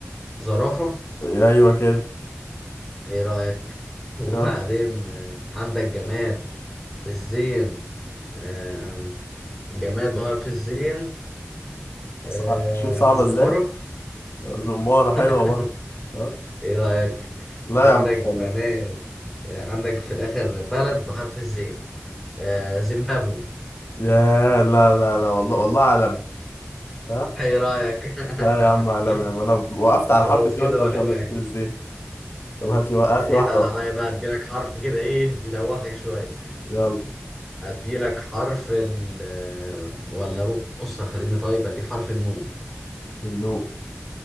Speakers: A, in the centre; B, on the left (about 60°).
A: زرافة
B: ايوه كده
A: ايه رأيك <laughs> وبعدين
B: يلا
A: آه، عندك جماد بالزين آه جماد بحرف الزين آه
B: صع- شوف صعبة
A: زمرة
B: ازاي زمارة حلوة
A: <laughs>
B: برضه ها
A: ايه رأيك
B: لا
A: عندك
B: يا عم ما شاء الله
A: بنات آه، عندك في الآخر بلد بحرف الزين آه، زيمبابوي
B: يا لا لا لا والله والله عالمي ها
A: ايه رأيك
B: لا يا عم عالمي
A: <laughs>
B: يا عم انا وقفت على
A: خلاص
B: حرف الدي
A: كده
B: وانت
A: واحد
B: ما شاء
A: واحد
B: الله جبت لي الزين طب هات لي هات
A: آه،
B: لي واحدة
A: اتقل
B: بقى
A: عليا بقى اديلك حرف كده ايه يدوخك شوية
B: يلا
A: اديلك حرف ال آه، ولا بص خليني طيب اديك حرف النون
B: النوم